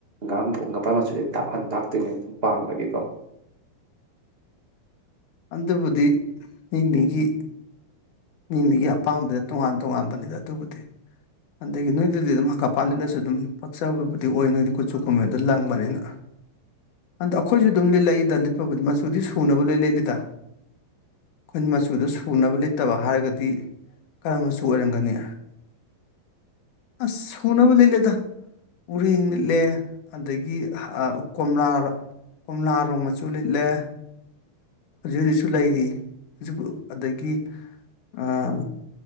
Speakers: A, on the right; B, on the left.
A: ꯍꯪꯒꯣꯛ ꯉꯄꯥ ꯃꯆꯨꯁꯦ ꯇꯥꯛꯍꯟ ꯂꯥꯛꯇꯣꯏꯅꯦ ꯄꯥꯝꯕꯒꯤꯀꯣ
B: ꯑꯗꯨꯕꯨꯗꯤ ꯃꯤꯃꯤꯒꯤ ꯃꯤ ꯃꯤꯒꯤ ꯑꯄꯥꯝꯕꯗ ꯇꯣꯉꯥꯟ ꯇꯣꯉꯥꯟꯕꯅꯤꯗ ꯑꯗꯨꯕꯨꯗꯤ ꯑꯗꯒꯤ ꯅꯣꯏꯗꯗꯤ ꯑꯗꯨꯝ ꯍꯪꯀꯥꯄꯥ ꯂꯤꯠꯂꯁꯨ ꯑꯗꯨꯝ ꯄꯛꯆꯕꯕꯨꯗꯤ ꯑꯣꯏ ꯅꯣꯏꯗꯤ ꯈꯨꯨꯠꯁꯨꯨ ꯈꯨꯨꯝꯃꯦꯟꯗꯣ ꯂꯪꯕꯅꯤꯅ ꯑꯟꯗ ꯑꯩꯈꯣꯏꯁꯨ ꯑꯗꯨꯝ ꯂꯤꯠꯂꯛꯏꯗ ꯂꯤꯠꯄꯕꯨꯗꯤ ꯃꯆꯨꯗꯤ ꯁꯨꯅꯕ ꯂꯣꯏ ꯂꯤꯠꯂꯤꯗ ꯑꯩꯈꯣꯏꯅ ꯃꯆꯨꯗꯣ ꯁꯨꯅꯕ ꯂꯩꯇꯕ ꯍꯥꯏꯔꯒꯗꯤ ꯀꯔꯝꯕ ꯃꯆꯨ ꯑꯣꯏꯔꯝꯒꯅꯤ ꯑꯁ ꯁꯨꯅꯕꯨ ꯂꯤꯠꯂꯤꯗ ꯎꯔꯦꯡ ꯂꯤꯠꯂꯦ ꯑꯗꯒꯤ ꯀꯣꯝꯂꯥ ꯀꯣꯝꯂꯥꯔꯣꯡ ꯃꯆꯨ ꯂꯤꯠꯂꯦ ꯍꯧꯖꯤꯛ ꯍꯧꯖꯤꯛꯁꯨ ꯂꯩꯔꯤ ꯑꯗꯒꯤ ꯑꯥ